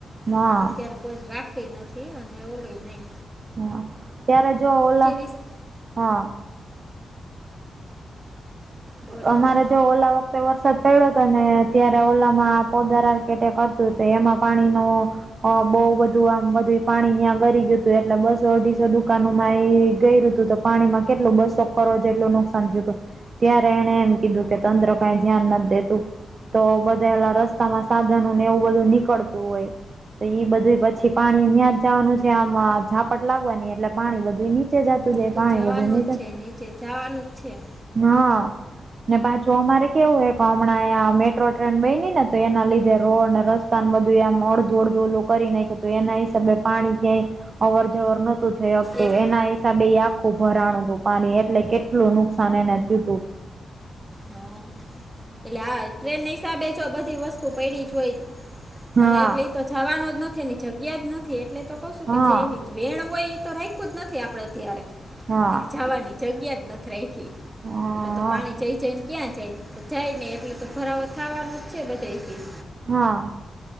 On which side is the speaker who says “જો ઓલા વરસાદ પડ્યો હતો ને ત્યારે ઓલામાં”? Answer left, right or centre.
Right